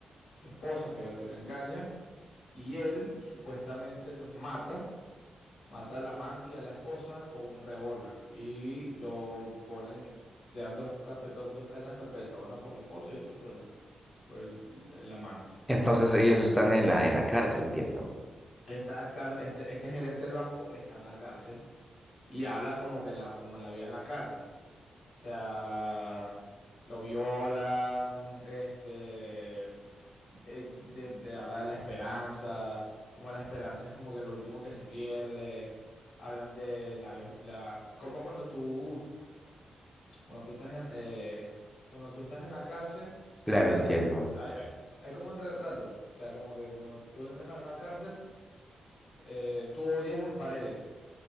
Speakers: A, on the left; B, in the centre.
A: su esposa creo que lo engaña, y él supuestamente los mata, mata al amante y a la esposa con un revólver y lo ponen, le dan dos, cape- do- dos cadenas perpetuas, una por la esposa y otra por el, por el, el amante.
B: Entonces ellos están en la, en la cárcel, entiendo.
A: Está, car- este, este gerente del banco está en la cárcel Y habla como que en la, como en la vida en la cárcel. O sea, lo violan, este, eh, de- te habla de la esperanza, como la esperanza es como que lo último que se pierde. Hablan de la, vej- la, como cuando tú, cuando tú estás en, eh, cuando tú estás en la cárcel,
B: Claro,
A: odias
B: entiendo.
A: las, hay, hay- hay como un retrato. O sea, como que cuando tú entras a una cárcel, eh, tú odias las paredes,